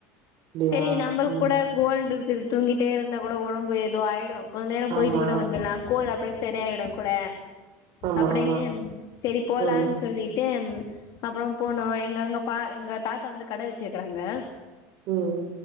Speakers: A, on the right; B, on the left.
A: அப்டியா
B: சரி நம்மளுக்கு
A: ம்
B: கூட கோல்டு இருக்குது தூங்கிட்டே இருந்தா கூட ஒடம்பு எதோ ஆயிடு கொஞ்ச நேர போயிட்டு
A: ஆமா
B: கூட வந்துர்லா கோல்டு அப்டியே செரியாயிடு கூட
A: ஆமா
B: அப்டின்னு
A: ஆமா
B: சேரி போலான்
A: ம்
B: சொல்லிட்டு அப்பற போனோ எங்க எங்க பா எங்க தாத்தா வந்து கட வெச்சிருக்குறாங்க
A: ம்